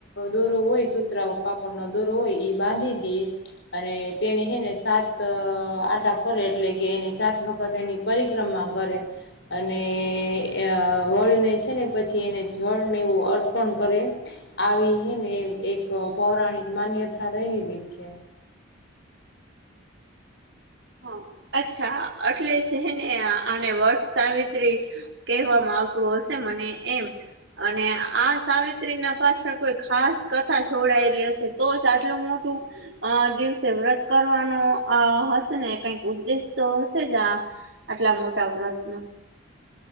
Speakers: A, on the left; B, on the right.
A: દોરો હોય સુતરા કાપડનો દોરો હોય એ બાંધી દેએ અને તેને હે ને સાત આટા ફરે એટલે કે એની સાત વખત એની પરિક્રમા અને એ વળને છે ને પછી એને જળને એવું અર્પણ કરે આવીને એક પૌરાણિક માન્યતા ઠ રહેલી છે.
B: હા અચ્છા અટલે છે ને આને વટ સાવિત્રી કહેવામાં આવતું હશે મને એમ અને આ સાવિત્રી ના પાછળ કોઈ ખાસ કથા જોડાયેલી હશે તો જ આટલું મોટું અ દિવસે વ્રત કરવાનો અ ને કઈક ઉદ્દેશ તો હશે જ આ આટલા મોટા વ્રતનો